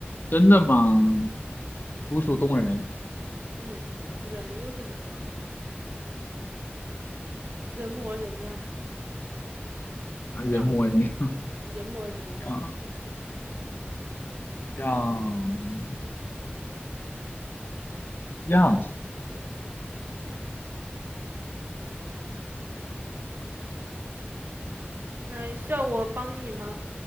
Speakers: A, on the left; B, on the right.
A: 真的吗？楚楚动人
B: 楚，嗯，人又是人啊，人模人样
A: 啊，人模人
B: 样，人模人样
A: 样样样
B: 样，那需要我帮你吗？